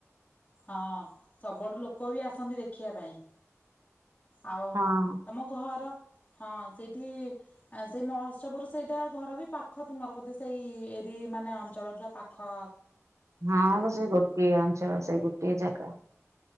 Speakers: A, on the left (about 30°); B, on the right (about 65°).
A: ହଁ ସବୁଠୁ ଲୋକ ବି ଆସନ୍ତି ଦେଖିବା ପାଇଁ ଆଉ
B: ହଁ
A: ତମ ଘର ହଁ ସେଇଠି ସେଇ ମହୋତ୍ସବରୁ ସେଇଟା ଘର ବି ପାଖ ତୁମର ବୋଧେ ସେଇ ଏରି ମାନେ ଅଞ୍ଚଳ ପୁରା ପାଖ
B: ହଁ
A: ଇଏର
B: ସେଇ ଗୋଟିଏ ଅଞ୍ଚଳ ସେଇ ଗୋ କେଏ ଜାଗା